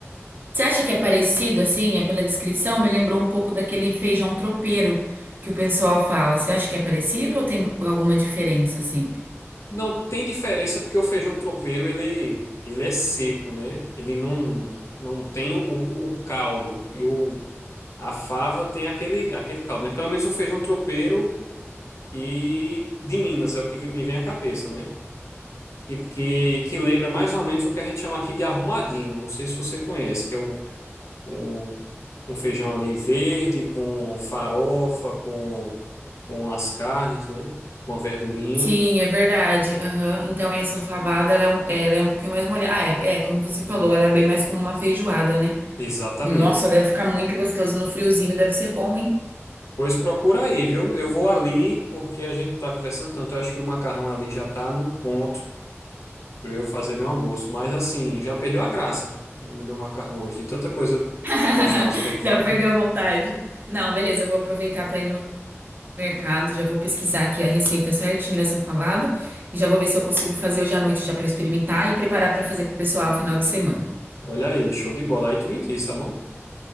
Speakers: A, on the right; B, on the left.
A: Você acha que é parecido, assim, é pela descrição? Me lembrou um pouco daquele feijão tropeiro que o pessoal fala. Você acha que é parecido ou tem alguma diferença, assim?
B: Não tem diferença porque o feijão tropeiro, ele, ele é seco, né? Ele não, não tem o, o, o caldo. E o, a fava tem aquele, aquele caldo, né? Pelo menos o feijão tropeiro e de Minas é o que me vem à cabeça, né? que, que, que lembra mais ou menos o que a gente chama aqui de arrumadinho. Não sei se você conhece, que é um, um, um feijão ali verde com farofa, com, com as carnes, né? Uma verdurinha.
A: Sim, é verdade. Aham. Então, e essa fabada, ela é um, ela é um pouquinho mais molhada. Ah, é, é, como você falou,
B: É,
A: ela é bem mais como uma feijoada, né?
B: exatamente.
A: Nossa, deve ficar muito gostoso no friozinho, deve ser bom, hein?
B: Pois procura aí, viu? Eu vou ali porque a gente tá conversando tanto. Eu acho que o macarrão ali já tá no ponto para eu fazer meu almoço. Mas assim, já perdeu a graça o meu macarrão hoje, de tanta coisa
A: <laughs>
B: gostosa que a gente
A: Já
B: falou.
A: perdeu a vontade. Não, beleza, eu vou aproveitar para ir no mercado, já vou pesquisar aqui a receita certinho dessa falada e já vou ver se eu consigo fazer hoje à noite já para experimentar e preparar para fazer pro pessoal final de semana.
B: Olha aí, show de bola. Aí tu me diz, tá bom?